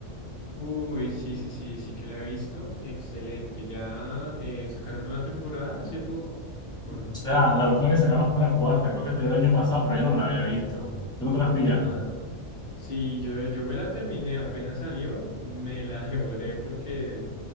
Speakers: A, on the left; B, in the centre.
A: Uy, sí, sí, sí, sí que la he visto. Excelente. ¿Ya eh, sacaron nueva temporada hace poco o no?
B: sea, la última que sacaron fue la cuarta, creo que fue el año pasado, pero yo no me la había visto. ¿Tú no te la has pillado?
A: Ah, sí, yo, yo me la terminé, apenas salió, me la <laughs> devoré porque,